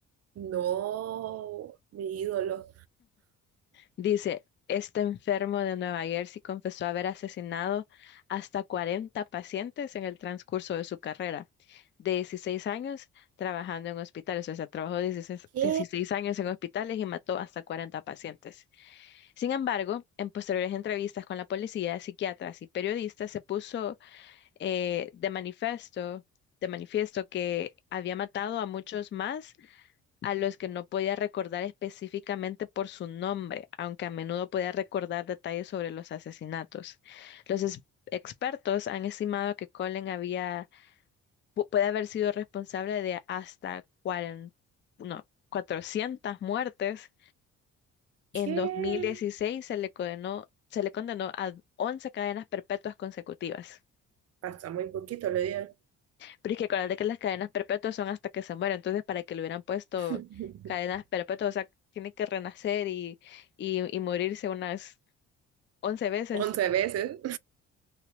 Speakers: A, on the right (about 55°); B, on the left (about 40°).
A: No, mi ídolo.
B: Dice, este enfermo de Nueva Jersey confesó haber asesinado hasta 40 pacientes en el transcurso de su carrera, de 16 años trabajando en hospitales, o sea, trabajó 16,
A: ¿Qué?
B: 16 años en hospitales y mató hasta 40 pacientes. Sin embargo, en posteriores entrevistas con la policía, psiquiatras y periodistas, se puso eh, de manifiesto, de manifiesto que había matado a muchos más a los que no podía recordar específicamente por su nombre, aunque a menudo podía recordar detalles sobre los asesinatos. Los es- expertos han estimado que Colin había, pu- puede haber sido responsable de hasta 40, no, 400 muertes. En
A: ¿Qué?
B: 2016 se le condenó, se le condenó a 11 cadenas perpetuas consecutivas.
A: Hasta muy poquito le dieron.
B: Pero es que acuérdate que las cadenas perpetuas son hasta que se muere, entonces para que le hubieran puesto
A: <laughs>
B: cadenas perpetuas, o sea, tiene que renacer y, y, y morirse unas once veces.
A: once veces.